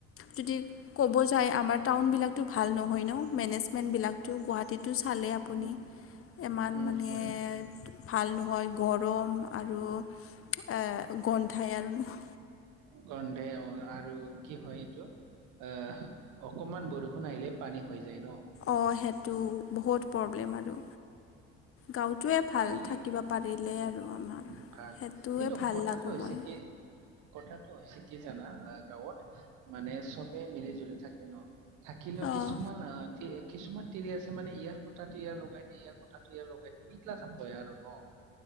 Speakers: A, on the left (about 45°); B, on the right (about 70°).
A: যদি ক'ব যায় আমাৰ টাউনবিলাকতো ভাল নহয় ন মেনেজমেণ্টবিলাক। টো গুৱাহাটীতটো চালে আপুনি
B: উম,
A: ইমান
B: উম,
A: মানে।
B: হয়,
A: ভাল নহয় গৰম আৰু। এ গন্ধাই আৰু ন।
B: গন্ধাই অ আৰু কি হয় এইটো। অ অকমান বৰষুণ আহিলে পানী হৈ যায় ন।
A: অঁ সেইটো বহুত প্ৰব্লেম আৰু। গাঁৱটোৱে ভাল
B: পানী
A: থাকিব পাৰিলেই
B: উম,
A: আৰু আমাৰ
B: উম, ভাল
A: সেইটোৱে
B: কিন্তু
A: ভাল
B: কথাটো
A: লাগো
B: হৈছে
A: মই।
B: কি কথাটো হৈছে কি জানা গাঁৱত মানে চবে মিলি জুলি থাকে ন। থাকিলেও
A: অঁ
B: কিছুমান অ অধিক। কিছুমান তিৰি আছে মানে ইয়াৰ কথাটো ইয়াৰ লগাই দিয়ে ইয়াৰ কথাটো ইয়াৰ লগাই দিয়ে এইগিলা খান বয়া আৰু ন।